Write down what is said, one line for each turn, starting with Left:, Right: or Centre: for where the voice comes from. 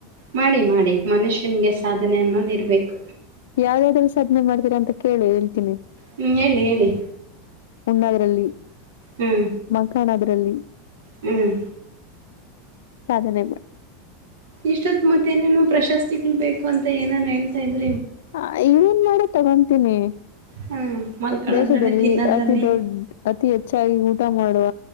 Right: ಮಾಡಿ ಮಾಡಿ ಮನುಷ್ಯನ್ಗೆ ಸಾಧನೆ ಅನ್ನೋದ ಇರ್ಬೇಕು
Left: ಯಾವ್ಯಾದರೂ ಸಾಧನೆ ಮಾಡ್ತೀರಾ ಅಂತ ಕೇಳಿ ಹೇಳ್ತೀನಿ
Right: ಹ್ಞೂ ಹೇಳಿ ಹೇಳಿ
Left: ಮುಣದ್ರಲ್ಲಿ
Right: ಹ್ಮ್
Left: ಮಖನ್ ಅದ್ರಲ್ಲಿ
Right: ಹ್ಮ್
Left: ಸಾಧನೆ ಮಾಡ್ತೇ
Right: ಇಷ್ಟೊತ್ ಮತ್ತೇನೇನುೋ ಪ್ರಶಸ್ತಿಗಳು ಬೇಕು ಅಂತ ಏನನ್ ಹೇಳ್ತಾ ಇದ್ರು
Left: ಹ ಏನ್ ಮಾಡಿ ತಗೊತೀನಿ
Right: ಹಾಂ ಮಲ್ಕೊಳ್ಳೋದ್ರಲ್ಲಿ
Left: ದೇಶದಲ್ಲಿ
Right: ತಿನ್ನೋದ್ರಲ್ಲಿ
Left: ಅತಿ ದೊಡ್ಡ ಅತಿ ಹೆಚ್ಚಾಗಿ ಊಟ ಊಟ ಮಾಡುವ